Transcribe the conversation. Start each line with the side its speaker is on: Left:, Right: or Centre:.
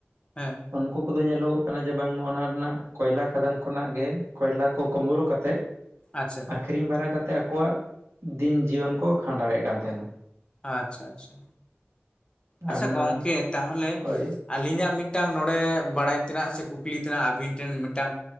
Left: ᱦᱮᱸ
Right: ᱩᱱᱠᱩ ᱠᱚᱫᱚ ᱧᱮᱞᱚᱜᱚᱜ ᱠᱟᱱᱟ ᱡᱮ ᱵᱟᱝᱢᱟ ᱚᱱᱟ ᱨᱮᱱᱟᱜ ᱠᱚᱭᱞᱟ ᱠᱷᱟᱫᱟᱱ ᱠᱷᱚᱱᱟᱜ ᱜᱮ ᱠᱚᱭᱞᱟ᱾ ᱠᱚ ᱠᱩᱢᱵᱲᱩ ᱠᱟᱛᱮ <unintelligible> ᱮᱫ
Left: ᱟᱪᱪᱷᱟ
Right: ᱟᱹᱠᱷᱨᱤᱧ ᱵᱟᱲᱟ ᱠᱟᱛᱮᱫ ᱟᱠᱚᱣᱟᱜ ᱫᱤᱱ ᱡᱤᱭᱚᱱ ᱠᱚ ᱠᱷᱟᱸᱰᱟᱣᱮᱫ ᱠᱟᱱ ᱛᱟᱦᱮᱱᱟ
Left: ᱟᱪᱪᱷᱟ ᱟᱪᱪᱷᱟ
Right: ᱟᱨ
Left: ᱟᱪᱪᱷᱟ
Right: ᱚᱱᱟ
Left: ᱜᱚᱝᱠᱮ ᱛᱟᱦᱚᱞᱮ
Right: ᱦᱳᱭ
Left: ᱟᱹᱞᱤᱧᱟᱜ ᱢᱤᱫᱴᱟᱝ ᱱᱚᱰᱮ ᱵᱟᱲᱟᱭ ᱛᱮᱱᱟᱜ ᱥᱮ ᱠᱩᱠᱞᱤ ᱛᱮᱱᱟᱜ ᱟᱹᱵᱤᱱ ᱴᱮᱱ ᱢᱤᱫᱴᱟᱝ